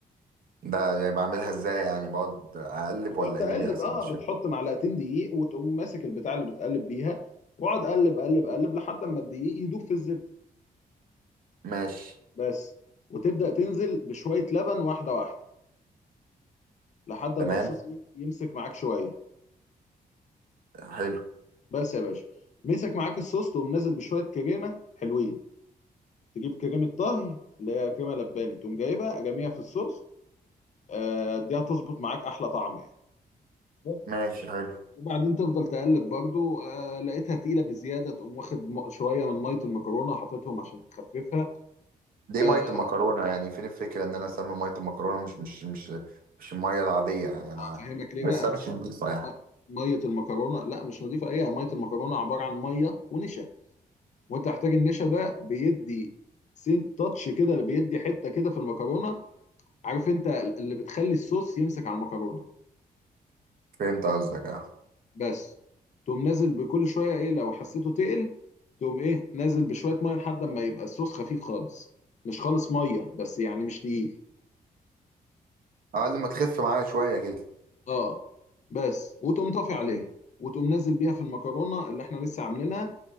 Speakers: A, on the right; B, on the left.
A: ده يعني بعملها ازاي يعني بقعد اقلب
B: بتقعد
A: ولا
B: تقلب
A: ايه اللي بيحصل
B: اه
A: مش
B: بتحط
A: فاهم
B: معلقتين دقيق وتقوم ماسك البتاع اللي بتقلب بيها واقعد قلب قلب قلب لحد اما الدقيق يدوب في الزبده
A: ماشي
B: بس وتبدا تنزل بشويه لبن واحده واحده لحد اما
A: تمام
B: الصوص يمسك معاك شويه
A: حلو
B: بس يا باشا مسك معاك الصوص تقوم نازل بشويه كريمه حلوين تجيب كريمه طهي اللي هي كريمه لباني تقوم جايبها جميع في الصوص آه، دي هتظبط معاك احلى طعم يعني بس
A: ماشي حلو
B: وبعدين تفضل تقلب برضو آه لقيتها تقيله بزياده تقوم واخد م- شويه من ميه المكرونه حاططهم عشان تخففها
A: ليه
B: آه
A: ميه المكرونه يعني فين الفكره ان انا اسمي ميه المكرونه مش مش مش مش الميه العاديه يعني انا
B: افهمك ليه
A: بس
B: بقى
A: مش نضيفه يعني
B: م- ميه المكرونه لا مش نظيفه ايه ميه المكرونه عباره عن ميه ونشا وانت هتحتاج النشا ده بيدي سين تاتش كده اللي بيدي حته كده في المكرونه عارف انت اللي بتخلي الصوص يمسك على المكرونه
A: فهمت قصدك اه
B: بس تقوم نازل بكل شويه ايه لو حسيته تقل تقوم ايه نازل بشويه ميه لحد ما يبقى الصوص خفيف خالص مش خالص ميه بس يعني مش تقيل
A: اقل ما تخف معايا شويه كده
B: اه بس وتقوم طافي عليه
A: مم.
B: وتقوم نازل بيها في المكرونه اللي احنا لسه عاملينها